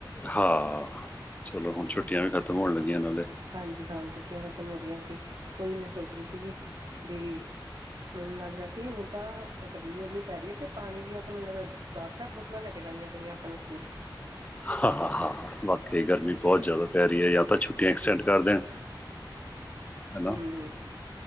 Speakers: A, on the left; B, on the right.
A: ਹਾਂ ਚਲੋ
B: ਹੂੰ
A: ਹੁਣ ਛੁੱਟੀਆਂ
B: ਹੂੰ
A: ਵੀ ਖਤਮ ਹੋਣ ਲੱਗੀਆਂ ਨਾਲੇ।
B: ਹਾਂਜੀ ਹਾਂ ਛੁੱਟੀਆਂ ਖਤਮ ਹੋ ਰਹੀਆ ਸੀ ਉਹੀ ਮੈਂ ਸੋਚ ਰਹੀ ਸੀਗੀ ਵੀ ਮੈਨੂੰ ਲੱਗ ਰਿਹਾ ਸੀ, ਹੁਣ ਤਾਂ ਗਰਮੀ ਇੰਨੀ ਪੈ ਰਹੀ ਹੈ, ਤੇ ਪਾਣੀ ਦੀਆਂ ਤਾਂ ਮੈਨੂੰ ਲੱਗਦਾ ਚਾਰ -ਚਾਰ ਬੋਤਲਾਂ ਲੈ ਕੇ, ਜਾਣੀਆਂ ਪੈਣੀਆਂ ਆਪਾਂ ਨੂੰ ਸਕੂਲ।
A: ਹਾ -ਹਾ, ਵਾਕਈ ਗਰਮੀ ਬਹੁਤ ਜ਼ਿਆਦਾ ਪੈ ਰਹੀ ਹੈ। ਜਾਂ ਤਾਂ ਛੁੱਟੀਆਂ ਐਕਸਟੈਂਡ ਕਰ ਦੇਣ
B: <inaudible>
A: ਹਨਾ,
B: ਹੂੰ,